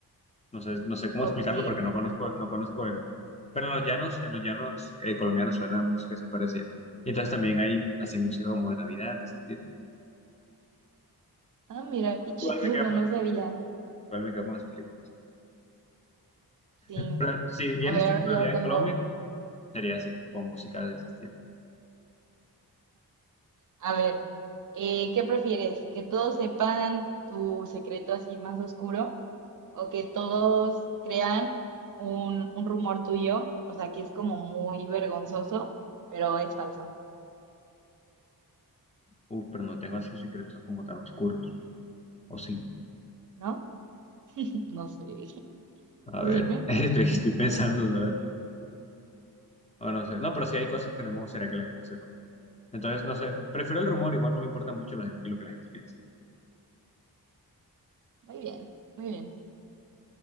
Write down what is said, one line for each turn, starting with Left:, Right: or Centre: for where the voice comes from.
Left: No sé, no sé cómo
Right: ok.
Left: explicarlo porque no conozco, no conozco el... Pero en los llanos, en los llanos eh, colombianos suena música así parecida. Y entonces también hay así música como de Navidad, de ese estilo.
Right: Ah, mira, qué chistoso,
Left: Igual me quedo con
Right: no
Left: las-
Right: sabía.
Left: igual me quedo con las películas.
Right: Sí.
Left: Pero si vienes
Right: A ver,
Left: tú
Right: ahora
Left: una
Right: yo
Left: Navidad
Right: tengo
Left: en Colombia,
Right: uno.
Left: sería así, con música de ese estilo.
Right: A ver, eh, ¿qué prefieres? ¿Que todos sepan tu secreto así más oscuro o que todos crean un, un rumor tuyo? O sea, que es como muy vergonzoso, pero es falso,
Left: Uf, pero no tengo así secretos como tan oscuros. O sí.
Right: ¿no? <laughs> No sé, <laughs>
Left: A
Right: tú
Left: ver,
Right: dime.
Left: <laughs> estoy, estoy pensando, a ver. O no sé. No, pero sí hay cosas que no me gustaría que la gente sepa. Entonces, no sé. Prefiero el rumor, igual no me importa mucho la- lo que la gente piense.
Right: Muy bien, muy bien.